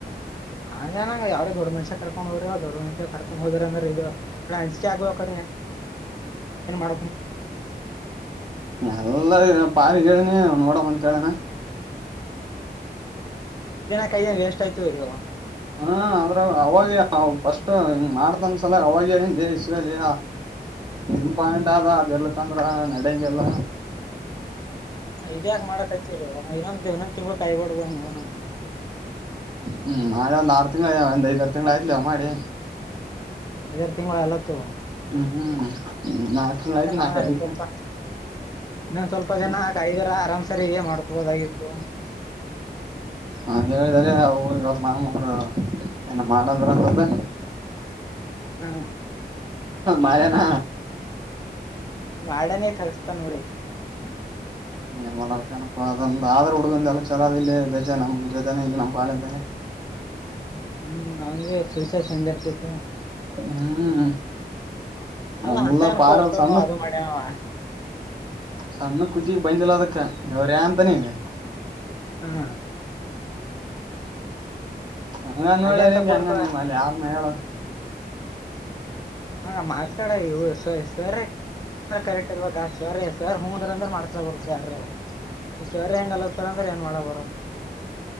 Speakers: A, on the left; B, on the right.
A: ಹ ನನಂಗ ಯಾವಾರೋ ದೊಡ್ ಮಷ ಕಕೊಂಡ ಹೋರ ಅವ್ ದೊಡ್ಡ ಮಷ್ಯ ಕರ್ಕೊಂಡ ಹೋದ್ರಂದ್ರ ಇ ಅಸಿ ಆಬೇಕ <unintelligible>
B: ಎಲ್ಲ ಪಾರಿಗ್ಹೇಳನಿ ನೋಡವ ಅಂತ ಹೇಳನ
A: <unintelligible>
B: ಹಾ ಆದ್ರ ಅವಾಗ ಫಸ್ಟ್ ಮಾಡ್ತನ್ ಸಲ ಅವಾಗ ಹೇಳಿನ್ಲೇ ಇಸ್ಗೊ ಲೇ ನಿಮ್ ಪಾಯಿಂಟ್ ಆದ ಅದುರ್ಲಿಕ್ಕಂದ್ರ ನಡೆಂಗಿಲ್ಲ.
A: ಇದ್ಯಾಕ್ ಮಾಡಕ್ ಹಚ್ಚೀರೋ ಇನ್ನೊಂದ್ ಇನ್ನೊಂದ್ ತಿಂಗ್ಳ ಕಾಯ್ಬಡ್ದನೌನ
B: ಹ್ಮ್ ನಾಳೆ ಒಂದ್ ಆರು ತಿಂಗಳ ಒಂದ್ ಐದ್ ಆರು ತಿಂಗಳು ಆಯ್ತ ಲೇವ ಮಾಡಿ
A: <unintelligible>
B: ಹ್ಮ್ ನಾಲ್ಕು ತಿಂಗಳ
A: <unintelligible>
B: ಆಯ್ತು
A: ಇನ್ನೊಂದು
B: ನಾಲ್ಕ ಐತಿ
A: ಸ್ವಲ್ಪ ದಿನ‌ ಕಾ ಆರಾಮ್ ಸರಿ ಹೇ ಮಾಡ್ಕೊಬೋದಾಗಿತ್ತು
B: ಹಾ ಹೇಳಿದ್ಯಾ ಲೆ ಅವ್ರ ಮಾಮ ಹಾ ಏನು ಮಾಡಂದ್ರ ಅಂತದ
A: ಹ್ಮ್
B: ಮಾಡ್ಯನ
A: ನಿಮ್ ಆರ್ಡನ್ನೀಗ್ ತಗಸ್ತ ನೋಡಿ
B: ಏನ್ ಮಾಡ್ಬಕೇನಪ್ಪಾ ಅದ ಆದ್ರ ಹುಡುಗುಂದೆಲ್ಲ ಚುಲೋದ್ ಇಲ್ಲೇ ಜೊತೆ ನಮ್ ಜೊತೆ ಕಾಲೇಜಿದಾಗೆ
A: ಹೂಂ ಅವನಿಗೆ ಫ್ಯೂಚರ್ಸ್ ಚಂದ ಇರ್ತಿತ್ತು
B: ಹ್ಮ್
A: ಅದು
B: ಎಲ್ಲ
A: ಅಂತ ಏನ್
B: ಪಾರ
A: ಕೋರ್ಸನು
B: ಸಣ್ಣ
A: ಅದು ಮಾಡ್ಯನವ
B: ಸಣ್ಣ ಕುತ್ತಿಗ್ ಬಂದಿಲ್ಲ ಅದಕ್ಕ ದಾವ್ರ್ಯ ಅಂತಾನ ಈ‌
A: ಹ್ಮ್
B: ಹಂಗ ನೋಡ್ಲೆ
A: ಅದೇ ಅಂತ
B: ಹೆಂಗೆ
A: ಕೋರ್ಸದ
B: <unintelligible> ಯಾರ್ನ ಹೇಳ
A: ಮಗ ಮಾರ್ಕ್ಸ್ ಕಾರ್ಡ್ ಇವು ಸರ್ ಕರೆಕ್ಟ್ ಇರ್ಬೇಕಾ ಸರ್ ಸರ್ ಹೂಂ ಅಂದ್ರೆ ಮಾಡಸ್ಲೆಬರು ಸರ್ ನೀ ಸರ್ ಹೆಂಗಲ್ಲತ್ತಂದ್ರೆ ಏನ್ ಮಾಡಕ ಬರ.